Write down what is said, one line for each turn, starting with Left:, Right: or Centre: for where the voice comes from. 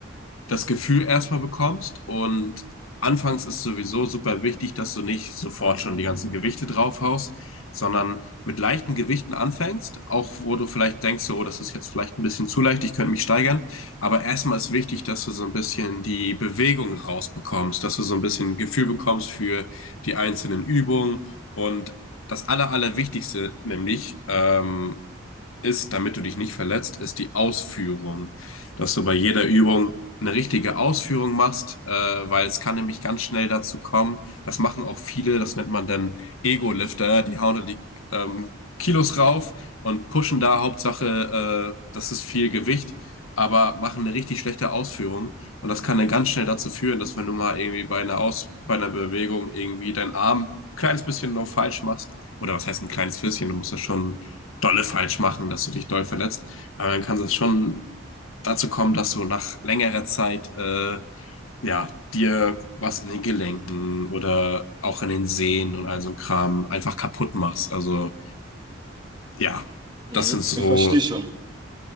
Left: das Gefühl erstmal bekommst. Und anfangs ist sowieso super wichtig, dass du nicht sofort schon die ganzen Gewichte draufhaust, sondern mit leichten Gewichten anfängst, auch wo du vielleicht denkst, so, oh, das ist jetzt vielleicht ein bisschen zu leicht, ich könnte mich steigern. Aber erstmal ist wichtig, dass du so ein bisschen die Bewegung rausbekommst, dass du so ein bisschen ein Gefühl bekommst für die einzelnen Übungen und das Aller, Allerwichtigste, nämlich ähm, ist, damit du dich nicht verletzt, ist die Ausführung. Dass du bei jeder Übung eine richtige Ausführung machst, äh, weil es kann nämlich ganz schnell dazu kommen. Das machen auch viele, das nennt man dann Ego-Lifter, die hauen da die ähm, Kilos rauf und pushen da Hauptsache, äh, das ist viel Gewicht, aber machen eine richtig schlechte Ausführung. Und das kann dann ganz schnell dazu führen, dass wenn du mal irgendwie bei einer Aus bei einer Bewegung irgendwie deinen Arm ein kleines bisschen noch falsch machst, oder was heißt ein kleines bisschen, du musst das schon dolle falsch machen, dass du dich doll verletzt. Aber dann kann es schon dazu kommen, dass du nach längerer Zeit äh, ja dir was in den Gelenken oder auch in den Sehnen und all so ein Kram einfach kaputt machst. Also ja,
Right: Mhm.
Left: das sind so
Right: Ich verstehe schon.